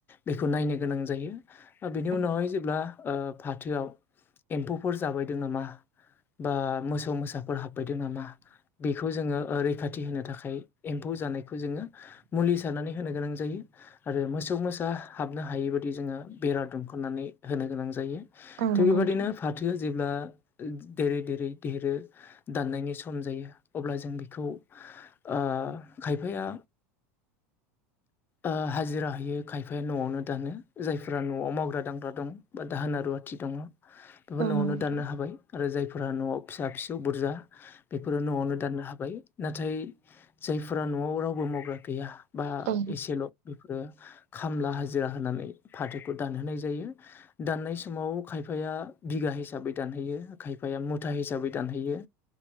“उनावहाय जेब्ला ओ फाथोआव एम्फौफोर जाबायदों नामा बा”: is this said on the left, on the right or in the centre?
Left